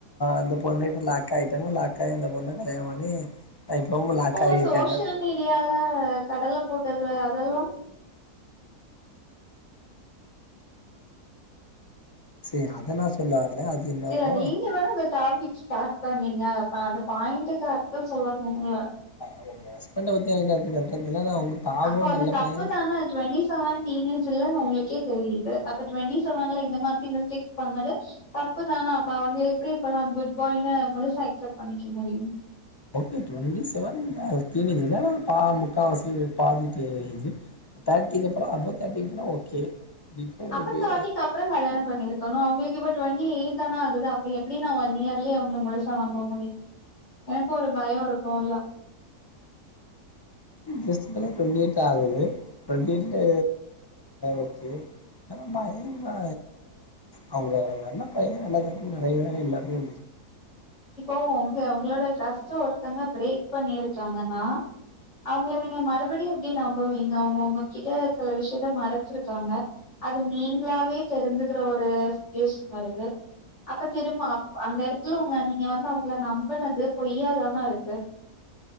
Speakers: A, on the left; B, on the left.
A: அந்த பொண்ணு கிட்ட லாக் ஆயிட்டாங்க லாக் ஆகி அந்த பொண்ண கல்யாணம் பண்ணி இப்பவு
B: இப்போ
A: லாக் ஆகியிருக்காங்க
B: சோசியல் மீடியால கடல போட்டது அதெல்லா
A: சீ அத நா சொல்ல வரல அது என்னவோ
B: இல்ல நீங்க வேணா அந்த டாபிக் ஸ்டார்ட் இப்ப நீங்க அந்த பாயிண்ட்டுக்கு ப்ப சொல்லணுமில்ல
A: அவுங்க ஹஸ்பண்ட பத்தி <unintelligible> பாவோ
B: அப்போ அது
A: நல்ல
B: தப்புதானா
A: பைய
B: டுவெண்ட்டி செவன் டி எல்லாமே உங்களுக்கே தெரியுது அப்ப டுவெண்டி செவன்ல இந்த மாதிரி மிஸ்டேக்ஸ் பண்ணது தப்புதானா அப்ப அவங்கள எப்படி இப்ப நா குட் பாய் முழுசா அக்சப்ட் பண்ணிக்க முடியு
A: ஓகே டுவெண்ட்டி செவன் அ நீங்க எதானா பா முக்கால்வாசி பாத்திட் தேர்டிக்கு தர்ட்டி அபௌ தேர்டிக்கு அப்றோ ஓகே பிஃபோர்
B: அப்ப தேர்ட்டிக்கு அப்பறோ கல்யாணம் பண்ணிருக் அவங்களுக்கு இப்போ டுவெண்ட்டி எய்ட் தானா ஆகுது அப்ப எப்படின்னா ஒன் இயர்லயே அவங்கள முழுசா நம்ப முடியு எனக்கு ஒரு பயோ இருக்கும்ல்ல
A: ஜஸ்ட் ட்வெண்டி எயிட் ஆகுது ட்வெண்டி எயிட்ல ஓகே நல்ல பைய தா அவங்க நல்ல பைய நடக்கறது நிறையவே எல்லாத்தையு
B: இப்போ உங்க அவங்களோட டிரஸ்ட்ட ஒருத்தங்க பிரேக் பண்ணிருக்காங்கன்னா அவங்கள நீங்க மறுபடியு எப்டி நம்புவீங்க அவங்க உங்க கிட்ட சில விஷயத்த மறைச்சிருக்காங்க அது நீங்களாவே தெரிஞ்சுக்கற ஒரு சிச்சுவேஷன் வருது அப்ப திரும்ப அந்த எடத்துலே நீங்க நீங்க வந்து அவங்களளை நம்புனது பொய்யாதானான் இருக்கு